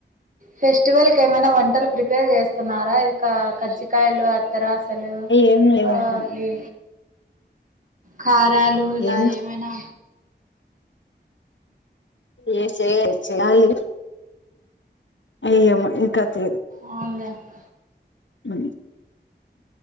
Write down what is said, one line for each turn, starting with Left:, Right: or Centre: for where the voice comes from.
Right: ఫెస్టివల్ కి ఏమైనా వంటలు ప్రిపేర్ చేస్తన్నారా ఇక కజ్జికాయలు తరాసలు
Left: ఏం లేవమ్మా
Right: అవి కా రాలు ఇల
Left: ఏం
Right: ఏ అనా
Left: ఏ చేయలే చేయాలి అయ్యమ్ ఇంకాత్
Right: అవునులే అక్క
Left: ఉ